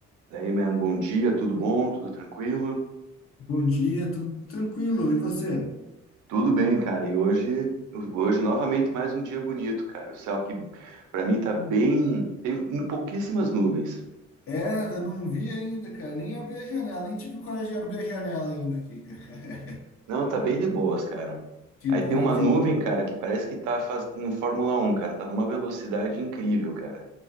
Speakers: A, on the right (about 80°); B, on the left (about 45°).
A: Daí, man, bom dia, tudo bom? Tudo tranquilo?
B: Bom dia, tudo tranquilo? E você?
A: Tudo bem, cara. E hoje, hoje novamente mais um dia bonito, cara. O céu que pra mim tá bem, tem pouquíssimas nuvens.
B: É, eu não vi ainda, cara. Nem abri a janela, nem tive coragem de abrir a janela ainda aqui, cara. <laughs>
A: Não, tá bem de boas, cara.
B: Que
A: Aí
B: bom,
A: tem uma
B: que
A: nuvem,
B: bom.
A: cara, que parece que tá faz... no Fórmula Um, cara. Tá numa velocidade incrível, cara.